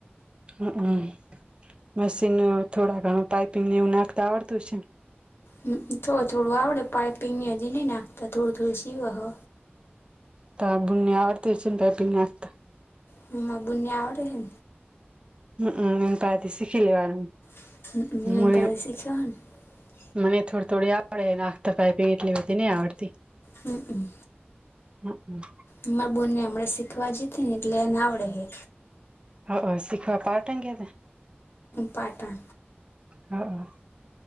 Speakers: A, on the right; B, on the left.
A: હમ હમ. મશીન થોડા ઘણું પાઈપિંગ ને એવું નાખતા આવડતું હશે ને
B: થોડ થોડું આવડે પાઈપિંગની હજી નઈ નાખતા થોડું થોડું સીવા હ.
A: તારા બુન ને આવડતી હશે ને પાઈપિંગ નાખતા
B: હ મારા બુનને આવડે હે
A: હઅમ એન પાહેતી શીખી લેવાનું.
B: <inaudible>
A: હું મને થોડી થોડી આવડે નાખતા પાઈપિંગ એટલી બધી નહી આવડતી.
B: હમ.
A: હમ હમ.
B: અમારા બોનને હમણા શીખવા જીતી ને એટલે એને આવડે હે.
A: હઅન શીખવા પાર્ટન ગયા હતા.
B: પાટન.
A: હા.